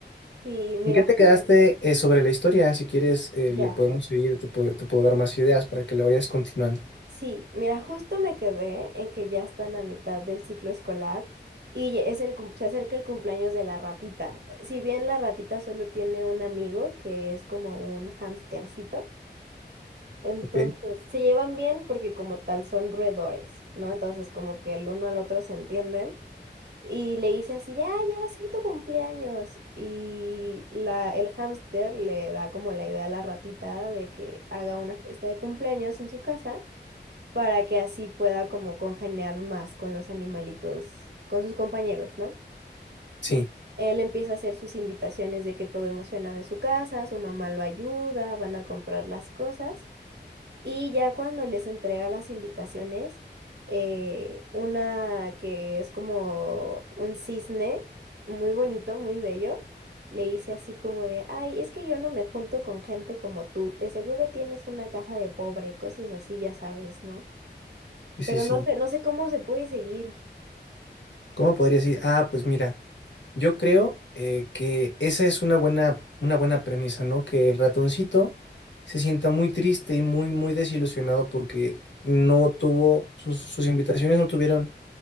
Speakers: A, on the right; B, on the left.
A: Sí, mira,
B: ¿En qué te
A: justo.
B: quedaste eh, sobre la historia? Si quieres, eh, le
A: ya
B: podemos seguir, te puedo, te puedo dar más ideas para que la vayas continuando,
A: Sí, mira, justo me quedé en que ya están a mitad del ciclo escolar y ye- es el, cum- se acerca el cumpleaños de la ratita. Si bien la ratita solo tiene un amigo que es como un hamstercito, entonces
B: ¿ok?
A: se llevan bien porque como tal son roedores, ¿no? Entonces como que el uno al otro se entienden y le dice así de, ah, ya va a ser tu cumpleaños y la, el hámster le da como la idea a la ratita de que haga una fiesta de cumpleaños en su casa para que así pueda como congeniar más con los animalitos, con sus compañeros, ¿no?
B: Sí,
A: Él empieza a hacer sus invitaciones de que todo emocionado en su casa, su mamá lo ayuda, van a comprar las cosas y ya cuando les entrega las invitaciones, eh, una que es como un cisne, muy bonito, muy bello, le dice así como de, ay, es que yo no me junto con gente como tú, de seguro tienes una casa de pobre, cosas así, ya sabes, ¿no?
B: sí,
A: pero
B: sí. sí.
A: no sé, no sé cómo se puede seguir.
B: ¿Cómo podría decir? Ah, pues mira, yo creo eh, que esa es una buena, una buena premisa, ¿no? Que el ratoncito se sienta muy triste y muy, muy desilusionado porque no tuvo, sus, sus invitaciones no tuvieron